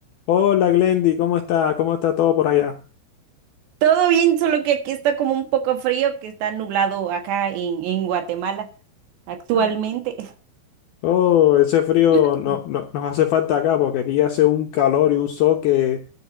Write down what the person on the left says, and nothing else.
Hola Glendy, ¿cómo está? ¿Cómo está todo por allá?
Ah. Oh, ese frío
no, no- nos hace falta acá porque aquí hace un calor y un sol que,